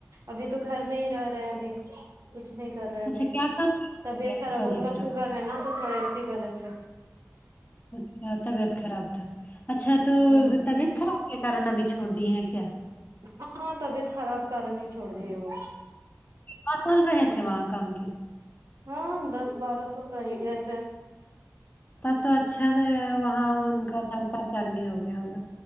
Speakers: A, on the right; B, on the left.
A: ابھی تو گھر میں ہی رہ رہے ہیں ابھی کچھ نہیں کر رہے ابھی
B: اچھا کیا کام کرتے
A: طبیعت
B: ہیں پہلے
A: خراب
B: سعودی
A: ان کا
B: طرف
A: سوگر ہے نا تو تھوڑا اسی وجہ سے
B: اچھا طبیعت خراب تھا اچھا تو
A: ہوں
B: طبیعت خراب کے کارن ابھی چھوڑ دی ہیں کیا
A: ہاں ہاں طبیعت خراب کارن ہی چھوڑ دیے وہ
B: پ چول رہے تھے وہاں کام کی
A: ہاں دس بارہ سو کہ ہی گئے تھے
B: تب تو اچھا سے وہاں ان کا جان پہچان بھی ہو گیا ہوگا